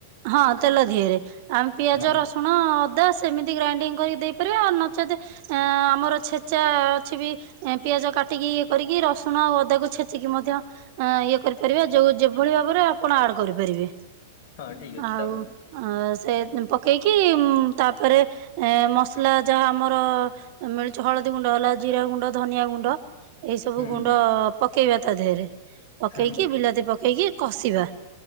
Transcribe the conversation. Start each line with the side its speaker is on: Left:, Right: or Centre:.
Right: ହଁ ତେଲ ଧିଅରେ, ଆମ ପିଆଜ
Left: ହଁ
Right: ରସୁଣ ଅ ଦା ସେମିତି ଗ୍ରାଇଣ୍ଡିଙ୍ଗ କରିକି ଦେଇପାରିବେ। ଆ ନଚେତ୍ ଆମର ଛେଚା ଅଛିବି ପି ଆଜ କାଟିକି ଇଏ କରିକି ରସୁଣ ଆଉ ଅଦାକୁ ଛେଚିକି ମଧ୍ୟ ଇଏ କରିପାରିବା। ଯୋଉ ଯେ ଭଳି ଭାବରେ ଆପଣ ଆଡ କରିପାରିବେ।
Left: ହଁ ଠିକ ଅଛି
Right: ଆଉ
Left: ତାପରେ
Right: ସେ ତେ ପକେଇକି, ଉଁ ତାପରେ ଏ ମସଲା ଯାହା ଆମର ମିଳୁଛି ହଳଦୀ ଦୀ ଗୁଣ୍ଡ ହେଲା ଜିରା ଗୁଣ୍ଡ ଧନିଆ ଗୁଣ୍ଡ। ଏଇ ସବୁ
Left: ହୁଁ
Right: ଗୁଣ୍ଡ ପକେଇବା ତା ଦେହରେ। ପକେଇକି
Left: ହୁଁ
Right: ବିଲାତି ପକେଇକି କଷିବା।